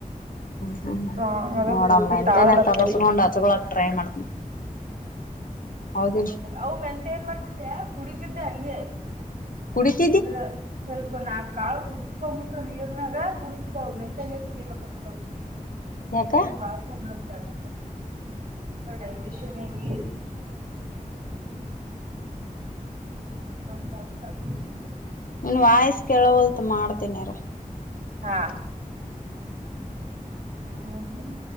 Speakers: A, on the left; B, on the right.
A: ಹ್ಮ್ಮ್
B: ಸ್ಟ್ರಾಂಗ್ ಅದ
A: ನೋಡಮ್ಮ
B: ಪೂರ್ತಿ
A: ನಮ್ ಮಂತೆನನ್
B: ತಾಳಲತ್ತರಿ
A: ತರುಸ್ಕೊಂಡ್ ಹಚ್ಕೊಳಕ್ ಟ್ರೈ ಮಾಡ್ತನ್. ಹೌದಿಲ್.
B: ಅವ್ ಮೆಂತೆ ಏನ್ ಮಾಡ್ತಿದ್ದೆ ಕುಡಿತಿದ್ದೆ ಹಂಗೆ.
A: ಕುಡಿತ್
B: ಅಂದ್ರ ಸ್ವಲ್ಪ ನಾಕ್ ಕಾಳ ಕುುದಿಸಕೊಂಬಿಟ್ಟು ನೀರ್ನಾಗ ಕುಡೀತಿದಾವ್ ಮೆಂತೆ ನೀರ್ ಕುಡಿಬಕಂತ್.
A: <inaudible>
B: ಮೆಂತೆ
A: ಯಾಕ
B: ನೀರ್ ಬಾಳ ಕುಡುದ್ರಂದ್ರ ತೆಳ್ಗಾಕರ್ ಮತ್ತೆ ಡೈಜೆಷನಿಗ್. <unintelligible>
A: ನೀನ್ ವಾಯ್ಸ್ ಕೆೇಳವಲ್ದು ಮಾಡ್ತಿನಿರು.
B: ಹಾ. ಹ್ಮ ಹ್ಮ್ ಹ್ಮ್.